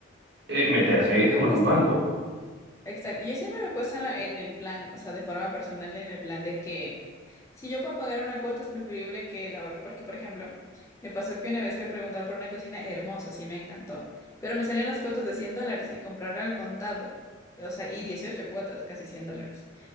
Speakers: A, on the right; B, on the left.
A: eh, meterse
B: Yo me
A: con
B: he puesto,
A: un banco?
B: Exacto. Yo siempre me he puesto en, la- en el plan, o sea, de forma personal, en el plan de que si yo puedo pagar una cuota es preferible que la ahorre. Porque, por ejemplo, me pasó que una vez fui a preguntar por una cocina hermosa, sí me encantó, pero me salían las cuotas de 100 dólares y comprar al contado, o sea, y 18 cuotas, casi 100 dólares.